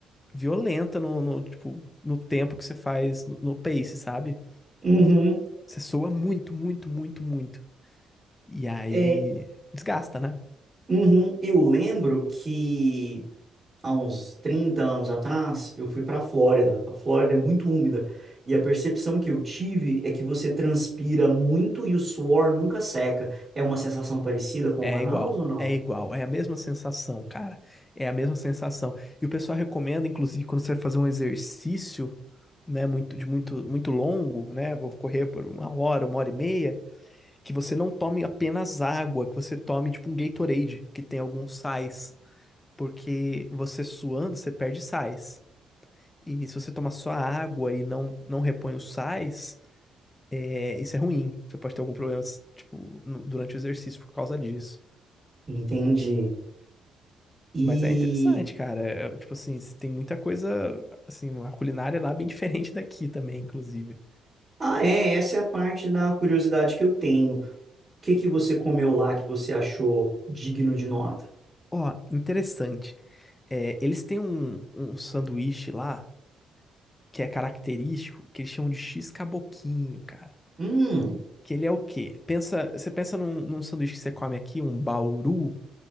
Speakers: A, on the left (about 20°); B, on the right (about 30°).
A: violenta no, no, tipo, no tempo que você faz no, no pace, sabe?
B: Uhum,
A: Você soa muito, muito, muito, muito. E aí
B: É,
A: desgasta, né?
B: uhum, eu lembro que há uns 30 anos atrás eu fui para a Flórida. A Flórida é muito úmida e a percepção que eu tive é que você transpira muito e o suor nunca seca. É uma sensação parecida com
A: É
B: Manaus
A: igual.
B: ou não?
A: É igual, é a mesma sensação, cara. É a mesma sensação. E o pessoal recomenda, inclusive, quando você vai fazer um exercício, né, muito de muito muito longo, né, vou correr por uma hora, uma hora e meia, que você não tome apenas água, que você tome tipo um Gatorade, que tem alguns sais porque você suando, você perde sais. E se você toma só água e não, não repõe os sais, é, isso é ruim. Você pode ter algum problema, tipo, no- durante o exercício por causa disso.
B: Entendi. E
A: Mas é interessante, cara. É, é, tipo assim, tem muita coisa, assim, a culinária lá é bem <laughs> diferente daqui também, inclusive.
B: ah, é, essa é a parte da curiosidade que eu tenho. O que que você comeu lá que você achou digno de nota?
A: Ó, interessante. É, eles têm um, um sanduíche lá que é característico, que eles chamam de X caboquinho, cara.
B: Hum,
A: Que ele é o quê? Pensa, você pensa num, num sanduíche que você come aqui, um bauru,